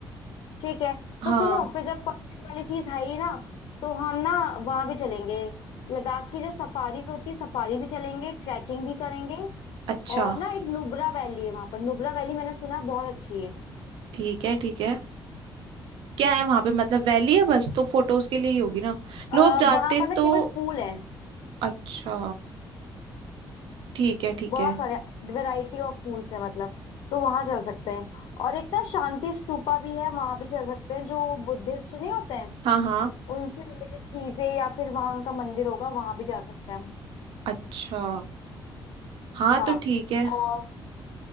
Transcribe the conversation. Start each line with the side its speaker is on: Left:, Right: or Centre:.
Left: ठीक है
Right: हाँ
Left: तो सुनो फिर जब परमिट वाली चीज है ही ना तो हम ना वहां भी चलेंगे लद्दाख की जो सफारी होती है सफारी भी चलेंगे ट्रैकिंग भी करेंगे
Right: अच्छा
Left: और ना एक नुब्रा वैली है वहां पर नुब्रा वैली मैंने सुना है बहुत अच्छी है
Right: ठीक है ठीक है क्या है वहां पे मतलब वैली है बस तो फोटोज के लिए ही होगी ना
Left: आ,
Right: लोग
Left: वहां
Right: जाते
Left: पर ना
Right: तो
Left: केवल फूल है
Right: अच्छा ठीक है ठीक
Left: बहुत
Right: है
Left: सारे वैरायटी ऑफ फूल्स है मतलब तो वहां चल सकते हैं और एक ना शांति स्तूपा भी है वहां भी चल सकते हैं जो बुद्धिस्ट नहीं होते हैं
Right: हाँ हाँ
Left: उनसे रिलेटेड चीजें या फिर वहां उनका मंदिर होगा वहां भी जा सकते हैं हम
Right: अच्छा हाँ
Left: हाँ
Right: तो ठीक है
Left: और